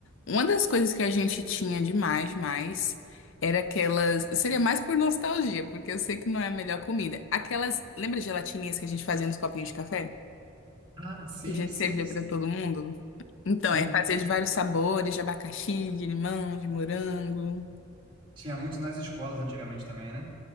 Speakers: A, on the left; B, on the right.
A: uma das coisas que a gente tinha demais, mais, era aquelas, seria mais por nostalgia, porque eu sei que não é a melhor comida. Aquelas, lembra gelatininhas que a gente fazia nos copinhos de café?
B: Ah, sim,
A: Que a gente
B: sim,
A: servia pra todo mundo? Então,
B: sim.
A: é fazer de vários sabores, de abacaxi, de limão, de morango.
B: Tinha muito nas escolas antigamente também, né?